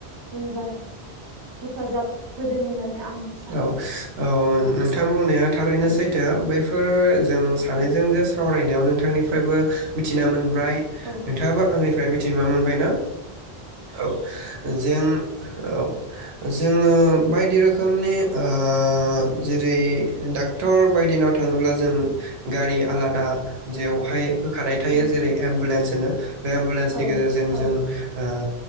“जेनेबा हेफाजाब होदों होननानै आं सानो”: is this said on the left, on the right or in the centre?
Right